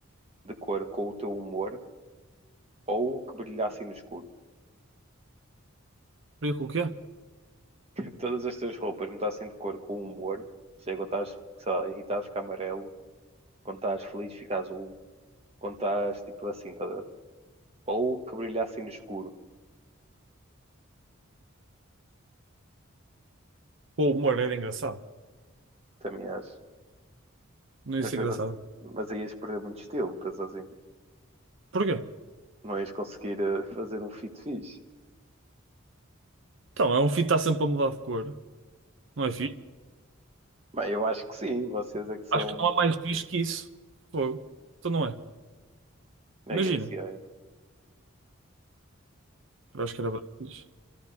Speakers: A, on the right (about 30°); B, on the right (about 65°).
A: de cor com o teu humor ou que brilhassem no escuro? <laughs>
B: Faria Com o quê?
A: todas as tuas roupas mudassem de cor com o humor, ou seja, quando estás, sei lá, irritado fica amarelo, quando estás feliz fica azul, quando estás tipo assim, tá a ver? Ou que brilhassem no escuro,
B: Com o humor era engraçado.
A: também acho.
B: Não ia
A: Mas,
B: ser
A: pensas,
B: engraçado.
A: mas aí ias perder muito estilo, penso assim.
B: Porquê?
A: Não ias conseguir eh, fazer um fit fixe.
B: Então, é um filho que está sempre a mudar de cor. Não é fixe?
A: Bem, eu acho que sim, vocês é que são.
B: Acho que não há mais fixe que isso. Fogo. Então não é.
A: É,
B: Imagina.
A: é, é.
B: Eu acho que era bem fixe.